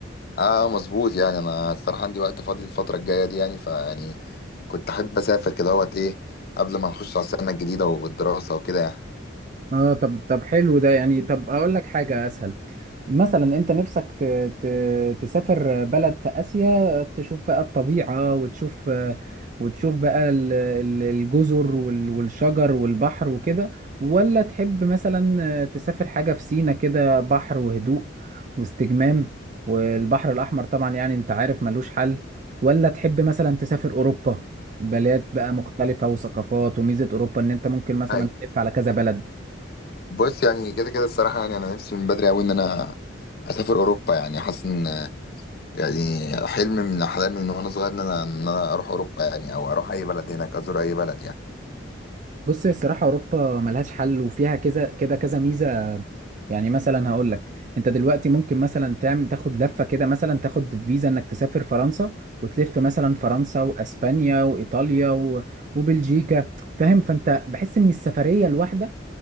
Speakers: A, on the left (about 50°); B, on the right (about 40°).
A: اه مظبوط يعني انا الصراحه عندي وقت فاضي الفتره الجايه دي يعني فيعني كنت احب اسافر كده اهوت ايه قبل ما نخش على السنه الجديده والدراسه وكده يعني
B: اه طب طب حلو ده يعني طب اقول لك حاجة اسهل مثلا انت نفسك ت... ت... تسافر بلد في اسيا تشوف بقى الطبيعه وتشوف وتشوف بقى ال- ال- الجزر وال- والشجر والبحر وكده ولا تحب مثلا تسافر حاجه في سينا كده بحر وهدوء واستجمام والبحر الاحمر طبعا يعني انت عارف ملوش حل ولا تحب مثلا تسافر اوروبا بلاد بقى مختلفه وثقافات وميزه اوروبا ان انت ممكن مثلا
A: هاي
B: تلف على كذا بلد
A: بص يعني كده كده الصراحه يعني انا نفسي من بدري قوي ان انا اسافر اوروبا يعني حاسس ان يعني حلم من احلامي من وانا صغير ان انا ان انا اروح اوروبا يعني او اروح اي بلد هناك ازور اي بلد يعني
B: بص هي الصراحة أوروبا ملهاش حل وفيها كذا كده كذا ميزة يعني مثلا هقول لك أنت دلوقتي ممكن مثلا تعمل تاخد لفة كده مثلا تاخد فيزا إنك تسافر فرنسا وتلف مثلا فرنسا وأسبانيا وإيطاليا و- وبلجيكا فاهم فأنت بحس إن السفرية الواحدة